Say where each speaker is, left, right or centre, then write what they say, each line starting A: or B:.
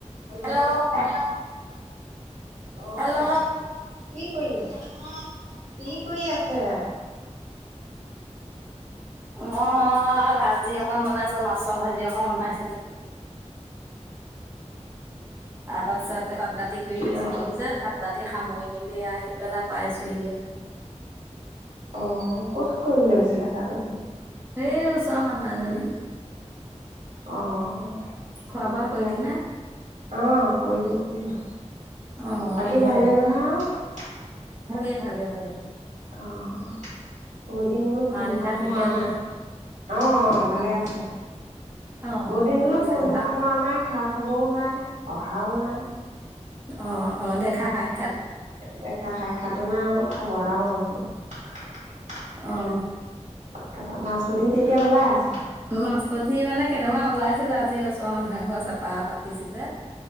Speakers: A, on the right; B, on the right.
A: হেল্ল-হেল্ল,
B: hello
A: অ'।
B: Hello
A: কি কৰি আছা। কি কৰি আছে।
B: মই
A: হেল্ল' অ',
B: ভাজি অকণ বনাইছিলো, মাছৰ ভাজি অকণ বনাইছিলো। তাৰ পাছতে তাঁত-বাতি কৰি
A: নাই
B: আছিলো
A: কোৱা।
B: যে, তাঁত-বা তি সামৰি মেলি আহি পেলাই পাইছোহিহে।
A: অ', ক'ত কৰিবলে গৈছিলে তাতবাতি।
B: সেই ওচৰ মানুহ এজনী।
A: অ'।
B: খোৱাবোৱা কৰিলি
A: তাক
B: না।
A: অ', কৰিলো-কৰিলো।
B: অ
A: বাকী
B: কিহেৰে
A: ভালেই নহয় আও।
B: ভালেই, ভালে-ভালে।
A: অ'। বহুত দিন বোলো
B: মা
A: ফোনটাও
B: দেউতা ঠিকে
A: মৰা
B: আছে
A: নাই, অ'-অ', ভালে আছে,
B: অ
A: বহুত
B: অ
A: দিন বোলো
B: ল'ৰা ছোৱালী
A: ফোনটাও
B: ভাল
A: মৰা নাই, খা খবৰও নাই, অহাও নাই।
B: অ'-অ', দেখা হায়
A: দেখা সাক্ষাটো নাই অলপ খবৰ এটা লওঁচোন। <inaudible>
B: অ'।
A: তাপা মাছপুঠি তেতিয়া ওলাই আছে।
B: মাছ-পুঠি মানে, কেইটামান ওলাইছিলে আজি ওচৰৰ মানুহ এঘৰে চেপা পাতিছিলে।